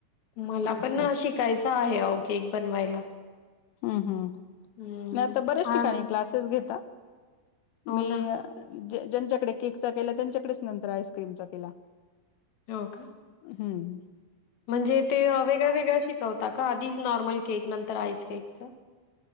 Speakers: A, on the left (about 65°); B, on the left (about 80°).
A: मला
B: अच्छा.
A: पण शिकायचं आहे अहो केक बनवायला
B: हुं हुं
A: हं,
B: मी आता बऱ्याच
A: छान.
B: ठिकाणी क्लासेस घे <unintelligible>
A: हो
B: मी
A: ना.
B: ज्यांच्याकडे केक चा केला त्यांच्याकडेच नंतर आईस्क्रीमचा केला
A: हो का
B: हम्.
A: म्हणजे ते वेगळ्या वेगळ्या शिकवता का आधी नॉर्मल केक नंतर आईस <unintelligible>